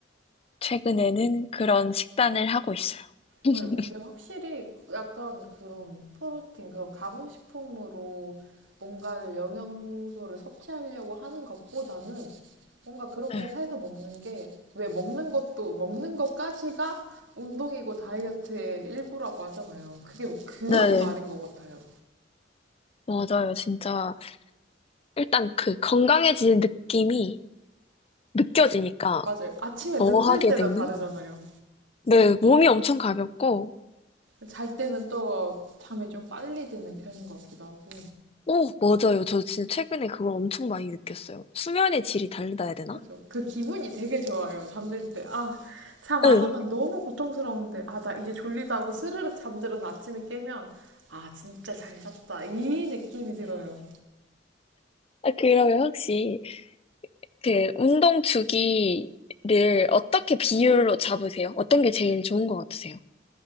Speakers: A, on the left; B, on the right.
A: 최근에는 그런 식단을 하고 있어요. <laughs>
B: 맞아요. 근데 확실히 약간 그런 프로틴, 그런 가공식품으로 뭔가를 영양소를 섭취하려고 하는 것보다는 뭔가 그렇게
A: 네,
B: 해서 먹는 게 왜 먹는 것도 먹는 것까지가 운동이고 다이어트의 일부라고 하잖아요. 그게 그런
A: 네네.
B: 말인 것 같아요.
A: 맞아요. 진짜 일단 그 건강해지는 느낌이 느껴지니까
B: 맞아요. 아침에
A: 더
B: 눈뜰
A: 하게
B: 때도
A: 되는
B: 다르잖아요.
A: 네, 몸이 엄청 가볍고,
B: 잘 때는 또 잠이 좀 빨리 드는 편인 것 같기도 하고.
A: 오, 맞아요. 저 진짜 최근에 그걸 엄청 많이 느꼈어요. 수면의 질이 다르다 해야 되나?
B: 그죠. 그 기분이 되게 좋아요. 잠들 때. 아, 잠 안
A: 응.
B: 오면 너무 고통스러운데. 아, 나 이제 졸리다 하고 스르륵 잠들어서 아침에 깨면, 아, 진짜 잘 잤다. 이 느낌이 들어요.
A: 아, 그러면 혹시 그 운동 주기를 어떻게 비율로 잡으세요? 어떤 게 제일 좋은 것 같으세요?